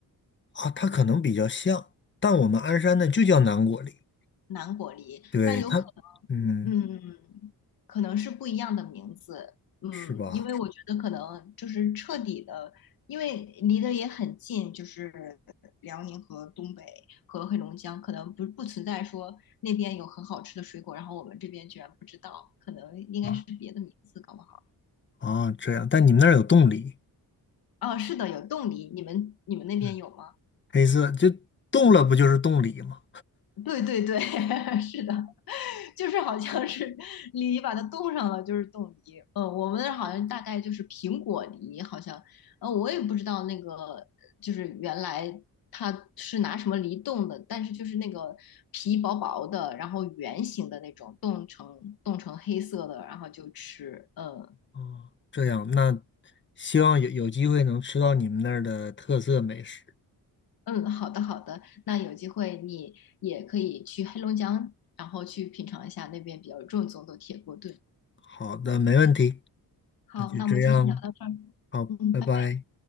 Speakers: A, on the left; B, on the left.
A: 啊，它可能比较像，但我们鞍山的就叫南果梨。
B: 南果梨，
A: 对它，
B: 那有可
A: 嗯，
B: 能，嗯，可能是不一样的名字，嗯，
A: 是吧？
B: 因为我觉得可能就是彻底的，因为离得也很近，就是辽宁和东北和黑龙江，可能不不存在说那边有很好吃的水果，然后我们这边居然不知道，可能应该是别的名字，
A: 啊
B: 搞不好。
A: 啊，这样。但你们那儿有冻梨，
B: 啊，是的，有冻梨，你们你们那边有吗？
A: 嗯，黑色就冻了，不就是冻梨吗？
B: 对对对，<laughs> 是的，就是好像是梨把它冻上了，就是冻梨。嗯，我们那儿好像大概就是苹果梨，好像，呃，我也不知道那个就是原来它是拿什么梨冻的，但是就是那个皮薄薄的，然后圆形的那种，冻成冻成黑色的，然后就吃。嗯
A: 啊，这样。那希望有有机会能吃到你们那儿的特色美食。
B: 嗯，好的好的，那有机会你也可以去黑龙江，然后去品尝一下那边比较正宗的铁锅炖。
A: 好的，没问题，
B: 好，
A: 那就这样，
B: 那我们今天聊到这儿，
A: 好，
B: 嗯，
A: 拜拜。
B: 拜拜。